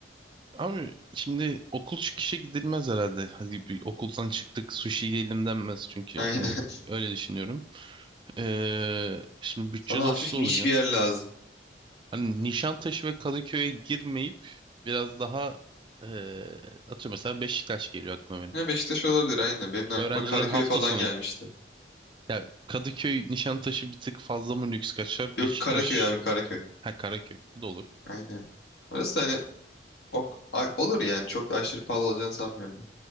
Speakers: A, on the right; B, on the left.
A: Abi şimdi okul çıkışı gidilmez herhalde. Hadi bir okuldan çıktık sushi yiyelim denmez çünkü
B: Aynen.
A: hani
B: <laughs>
A: öyle düşünüyorum. Ee, şimdi bütçe
B: Sana
A: dostu
B: hafif niş
A: olacağım.
B: bir yer lazım.
A: Hani Nişantaşı ve Kadıköy'e girmeyip biraz daha ee, atıyorum mesela Beşiktaş geliyor aklıma benim.
B: Ha, Beşiktaş olabilir aynen. Benim de aklıma
A: Öğrencilerin
B: Karaköy
A: hafta
B: falan
A: sonu.
B: gelmişti.
A: Ya Kadıköy Nişantaşı bir tık fazla mı lüks kaçar?
B: Yok
A: Beşiktaş
B: Karaköy abi Karaköy.
A: Ha Karaköy. Bu da olur.
B: Aynen. Orası da hani ok, a- olur yani. Çok da aşırı pahalı olacağını sanmıyorum ben.